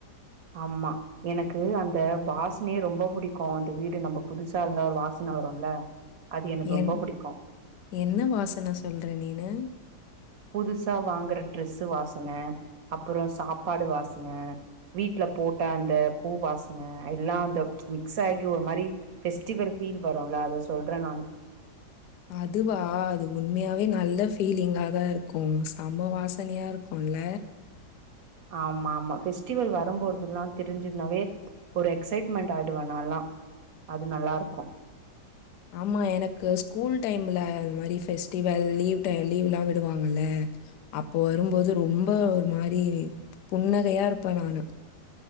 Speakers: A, on the right; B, on the left.
A: ஆமா எனக்கு அந்த வாஸ்னே ரொம்ப புடிக்கு அந்த வீடு நம்ப புதுசா இருந்தா ஒரு வாஸ்ன வருல்ல அது எனக்கு ரொம்ப
B: என்
A: புடிக்கு
B: என்ன வாசன சொல்ற நீனு
A: புதுசா வாங்குற ட்ரெஸ்ஸு வாஸ்ன அப்புறோ சாப்பாடு வாஸ்ன வீட்ல போட்டா அந்த பூ வாஸ்ன எல்லா அந்த மிக்ஸ் ஆகி ஒரு மாரி பெஸ்டிவல் ஃபீல் வருல்ல அத சொல்றே நானு
B: அதுவா அது உண்மையாவே நல்ல ஃபீலிங்கா தா இருக்கு செம வாசனையா இருக்குல்ல
A: ஆமா ஆமா பெஃஸ்டிவல் வருபோதுல்லா தெரிஞ்சினாவே ஒரு எக்சைட்மெண்டட் ஆயிடுவே நால்லா அது நல்லா இருக்கு
B: ஆமா எனக்கு ஸ்கூல் டைம்ல அந்த மாதிரி பெஃபஸ்டிவல் லீவ் டை லீவ்லா விடுவாங்கல்ல அப்போ வரும்போது ரொம்ப ஒரு மாரி புன்னகையா இருப்பே நானு